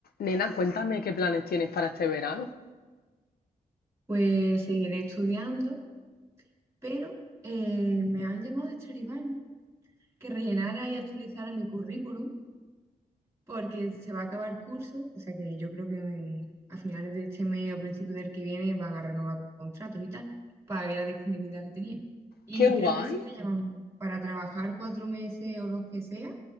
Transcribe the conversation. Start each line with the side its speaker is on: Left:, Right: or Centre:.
Left: Nena, cuéntame qué planes tienes para este verano.
Right: Pues seguiré estudiando, pero eh, me han llamado de Stradivari que rellenara y actualizara mi currículum porque se va a acabar curso, o sea que yo creo que en- a finales de este mes o principios del que viene van a renovar contratos y tal, para ver la disponibilidad que tenía. Y
Left: ¡Qué guay!
Right: creo que sí me llaman para trabajar cuatro meses o lo que sea,